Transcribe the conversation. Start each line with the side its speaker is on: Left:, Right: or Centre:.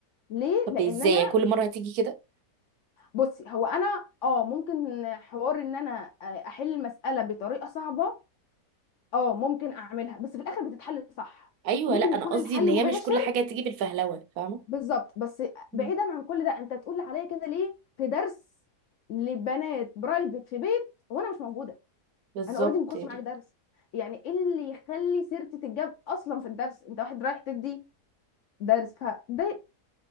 Left: ليه
Right: طب
Left: لان
Right: ازاي
Left: انا
Right: يعني كل مره هتيجي كده
Left: بصي هو انا اه ممكن حوار ان انا آه، احل المساله بطريقه صعبه اه ممكن اعملها بس في الاخر بتتحل صح
Right: ايوه
Left: ممكن
Right: لا انا
Left: يكون
Right: قصدي
Left: الحل
Right: ان هي
Left: مباشر
Right: مش كل حاجه تيجي بالفهلوه فاهمه
Left: بالظبط بس
Right: مم.
Left: بعيدا عن كل ده انت تقول عليا كده ليه في درس لبنات برايفت في بيت وانا مش موجوده
Right: بالظبط
Left: انا اوريدي ما باخدش
Right: يعني
Left: معاك درس يعني ايه اللي يخلي سيرتي تتجاب اصلا في الدرس انت واحد رايح تدي درس فده